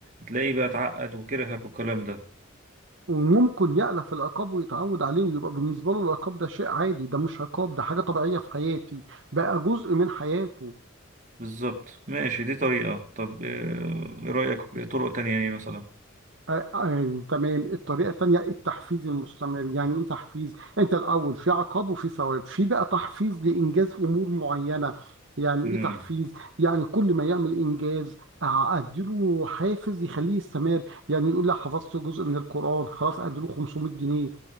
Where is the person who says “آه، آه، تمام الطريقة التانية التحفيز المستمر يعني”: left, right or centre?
Right